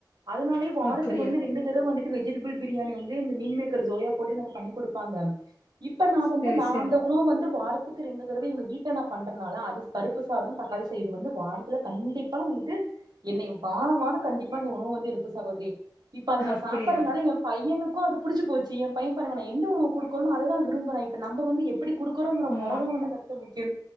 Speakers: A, on the right (about 70°); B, on the left (about 65°).
A: அதுனாலே வாரத்துக்கு
B: அப்டியா
A: வந்து ரெண்டு தடவ வந்துட் டு வெஜிடபிள் பிரியாணி வந்து இந்த மீன் மேக்கர் ஜோயா போட்டு எனக்கு பண்ணி குடுப்பாங்க இப்ப நா வந்து
B: சரி
A: நா
B: சரி
A: அந்த உணவு வந்து வாரத் துக்கு ரெண்டு தடவ எங்க வீட்ட நா பண்றனால அது பருப்பு சாதம் தக்காளி செய்து வந்து வாரத் துல கண்டிப்பா வந்துட்டு என்னை வா வானு கண்டிப்பா இந்த உணவு வந்து இருக்கு சகோதரி இப்ப அத நா
B: அப்டியா
A: சாப்பறதுனால எ பையனுக்கு அது புடிச்சு போச்சு எ பையன் பாருங்க நா எந்த உணவு குடுக்கறனோ அததா விரும்பறா இப்ப நம்ப வந்து எப்பிடி குடுக்குறோங்குற
B: ஆமா
A: மோற தா வந்து கடசில முக்கியோ